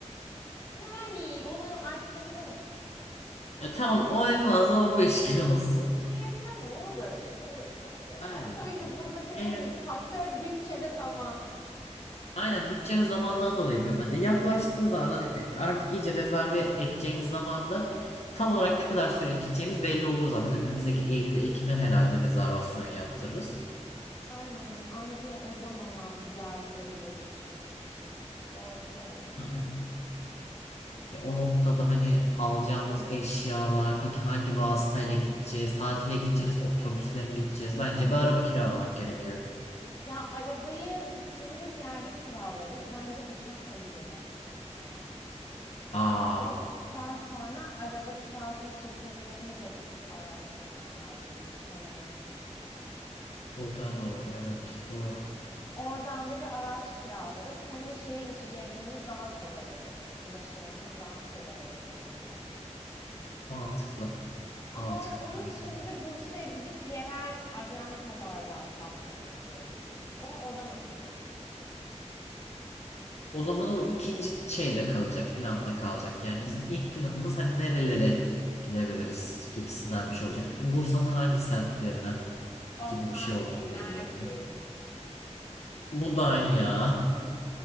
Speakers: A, on the left; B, on the left.
A: Yani onu artırabiliriz.
B: Ya tamam o en fazla 15 gün olsun.
A: Evet tamam olur. Olur çok güzel.
B: Aynen.
A: Ama tabii ki de buradaki en
B: Eğer
A: büyük faktör bütçe ve zaman.
B: aynen bütçe ve zamandan dolayı diyorum ben de. Yaklaştığı zaman hani artık iyice rezerve edeceğimiz zamanda tam olarak ne kadar süre gideceğimiz belli olur zaten. Hani önümüzdeki Eylül'e Ekim'e herhalde rezervasyon yaptırırız.
A: Aynen anca o zamana bir yer bulabiliriz çünkü kış için. Doğru söylüyorsun.
B: Aynen. Ya o noktada hani alacağımız eşyalar, peki hangi vasıtayla gideceğiz, tatile gideceğiz, otobüsle mi gideceğiz? Bence bir araba kiralamak gerekiyor.
A: Ya arabayı gittiğimiz yerde kiralarız. Bence uçakla gidelim Bursa'ya.
B: Aa,
A: Uçakla gittikten sonra araba kiralama şirketlerini de bir araştırmak lazım. Bir listelemek gerekiyor.
B: o da doğru, evet doğru.
A: Oradan da bir araç kiralarız. Hem de şehir içi gezmemiz daha kolay olur. Ulaşımımız daha kolay olur bence.
B: Mantıklı.
A: Ama
B: Mantıklı
A: or- onun
B: kanki.
A: için de Bursa'ya gidip yerel ajantalardan bakmamız gerekiyor. O oranın planı.
B: O zaman o ikinci şeyde kalacak, planda kalacak. Yani bizim ilk planımız hani nerelere gidebiliriz gibisinden bir şey olacak. E, Bursa'nın hangi semtlerine
A: Osmaniye,
B: gibi bir şey olabilir
A: Nergis.
B: belki. Mudanya.
A: <laughs>